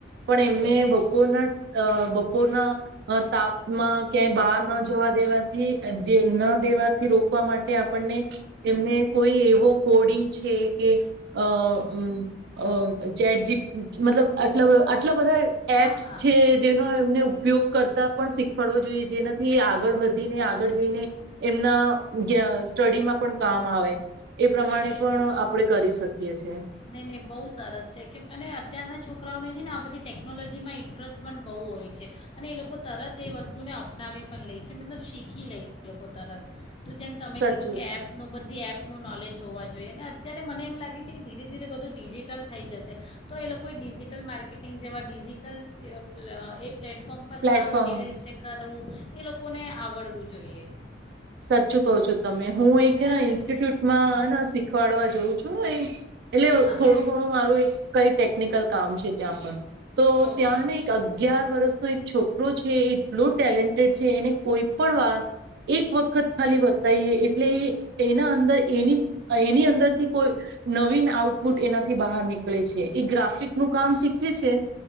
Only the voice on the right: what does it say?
પણ
એમને બપોરના અ, બપોરના અ તાપમાં ક્યાંય બહાર ન જવા દેવાથી, જે ન દેવાથી રોકવા માટે, આપણને એમને કોઈ એવો કોડિંગ છે, કે, અ, ચેટ, મતલબ, આટલા-આટલા બધા એપ્સ
છે, જેનો એમને ઉપયોગ કરતા પણ શીખવાડવો જોઈએ, જેનાથી એ આગળ વધીને, આગળ જઈને, એમના જ્યાં સ્ટડીમાં પણ કામ આવે એ પ્રમાણે
પણ આપણેે કરી શકીએ છે
સાચું
પ્લેટફોર્મ
સાચું કહો છો તમે. હું એક
ઇન્સ્ટિટ્યુટમાં
શીખવાડવા જઉં છું એટલે
થોડું ઘણું મારું એક કંઈ ટેકનિકલ કામ છે ત્યાં પણ, તો
ત્યાં એક અગિયાર વર્ષનો એક છોકરો છે, એટલો ટેલેન્ટેડ છે, એને કોઈ પણ વાત એક વખત વખત ખાલી બતાવીએ, એટલે એના અંદર એવી એની અંદરથી કોઈ નવીન આઉટપુટ એનાથી બહાર નીકળે છે એ ગ્રાફિક નું કામ શીખે છે